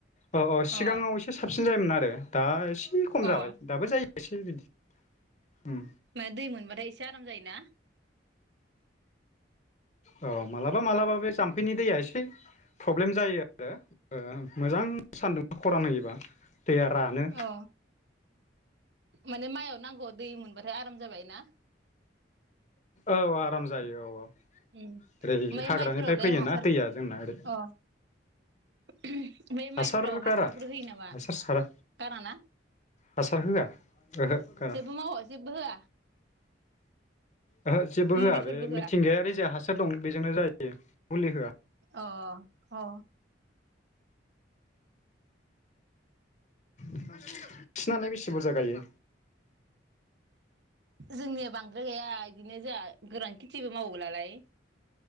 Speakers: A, on the left; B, on the right.
A: औ औ सिगाङाव
B: अ
A: एसे साबसिन जायोमोन आरो दा एसे खम
B: अ
A: जाबाय दाबो जायो। से बिदि उम
B: माने दै मोनबाथाय एसे आराम जायो। ना
A: औ मालाबा मालाबा बे जाम्फैनि दैया एसे प्र'ब्लेम जायो आरो। ओ मोजां सानदुं ख'रान होयोबा दैया रानो
B: अ माने माइआव नांगौआव दै मोनबा दा आराम जाबाय ना?
A: औ आराम जायो औ औ।
B: ओम ओमफ्राय
A: ओरै हाग्रानिफ्राय
B: माइफोरावलाय
A: फैयोना
B: हासार
A: दैया जोंना ओरै
B: अ' ओमफ्राय
A: हासार
B: माइफोराव हासारफोर
A: गारा
B: होयो नामा
A: हासार सारा
B: गाराना,
A: हासार होआ ओहो गारा
B: जेबो मावा जेबो होआ?
A: ओहो जेबो
B: मुलिफोरबो
A: होआ बे
B: होआ
A: मिथिंगायारि जे हास सार दं बेजोंनो जायो मुलि होआ।
B: अ अ अ
A: बिसनालाय बेसे बुरजा गायो
B: जोंनिया बां <unintelligible> गैया बिदिनो जोंहा गोरान खि खेथिबो मावोब्लालाय